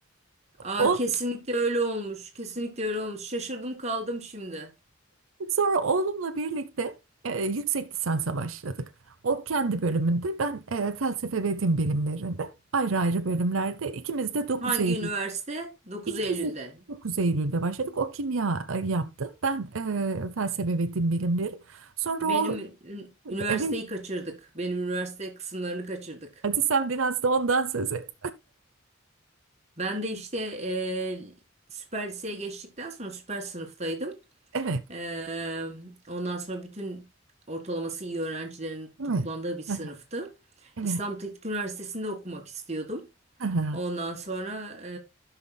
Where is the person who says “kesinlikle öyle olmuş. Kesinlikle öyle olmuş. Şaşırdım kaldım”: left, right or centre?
Right